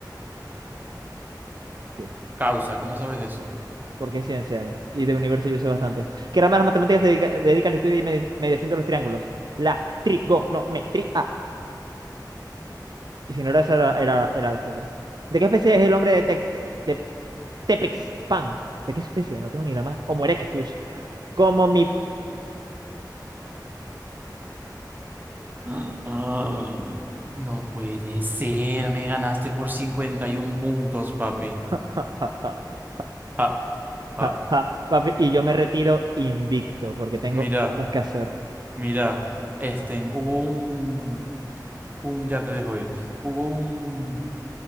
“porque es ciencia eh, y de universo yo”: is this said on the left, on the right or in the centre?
Right